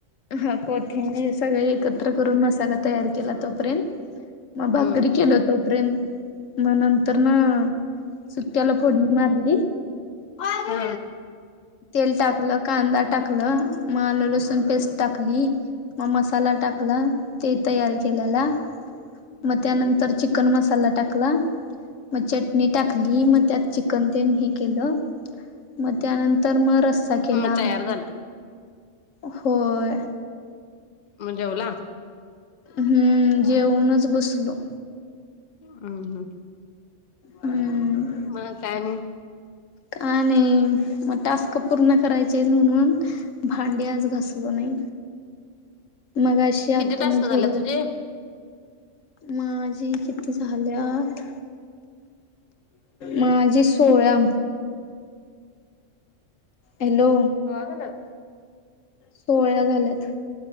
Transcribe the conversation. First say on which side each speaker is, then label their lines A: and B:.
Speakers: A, on the left; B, on the left.
A: हा कोथिंबीर सगळ एकत्र करून मसाला तयार केला तोपर्यंत. म भाकरी
B: हम्म
A: केलो तोपर्यंत मग नंतर न सुक्याला फोडणी मारली.
B: हा
A: तेल टाकलं, कांदा टाकलं, म लसूण पेस्ट टाकली. म मसाला टाकला ते तयार केल्याला. म त्यानंतर चिकन मसाला टाकला. म चटणी टाकली मग त्यात चिकन तेन हे केलं मग त्यानंतर म रस्सा केला.
B: मग तयार झालं
A: होय
B: म जेवला.
A: हम्म जेऊनच बसलो.
B: हा हा
A: हम्म
B: मग काय आणि
A: काय नाही मग टास्क पूर्ण करायचेच म्हणून भांडी आज घसलो नाही मगाशी
B: किती
A: आतून
B: टास्क झाले
A: थोडं
B: तुझे?
A: माजी किती झा झाल्यात माझी सोळा हॅलो
B: सोळा झाल्यात.
A: सोहळ्या झाल्यात.